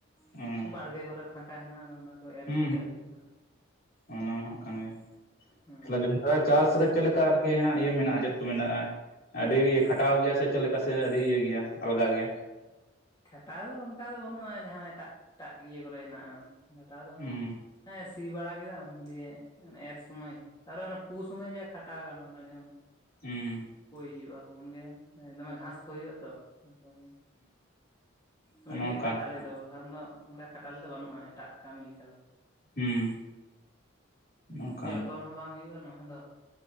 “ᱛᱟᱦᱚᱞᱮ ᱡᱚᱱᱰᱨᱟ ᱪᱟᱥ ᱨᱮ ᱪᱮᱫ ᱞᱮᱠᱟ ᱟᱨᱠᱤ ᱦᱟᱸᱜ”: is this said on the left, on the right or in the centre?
Left